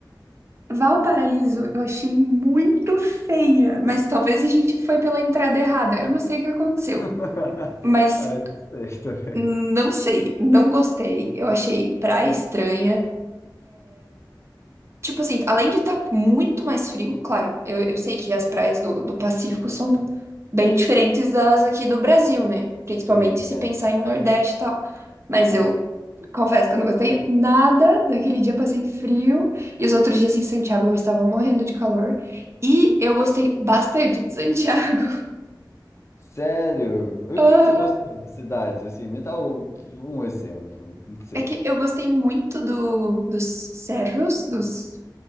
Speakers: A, on the right; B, on the left.
A: Valparaíso eu achei muito feia, mas talvez a gente foi pela entrada errada. Eu não sei o que aconteceu,
B: <laughs>
A: mas
B: Ai, não sei também.
A: não sei, não gostei. Eu achei praia estranha. Tipo assim, além de estar muito mais frio, claro, eu, eu sei que as praias do, do Pacífico são bem diferentes das aqui do Brasil, né? Principalmente
B: Sim,
A: se
B: é.
A: pensar em Nordeste e tal. Mas eu confesso que eu não gostei nada daquele dia, passei frio. E os outros dias em Santiago eu estava morrendo de calor. E eu gostei bastante de Santiago.
B: Sério? O
A: <laughs> Aham.
B: que que você gostou da cidade? Assim, me dá o- um exemplo. Não sei.
A: É que eu gostei muito do, dos cerros, dos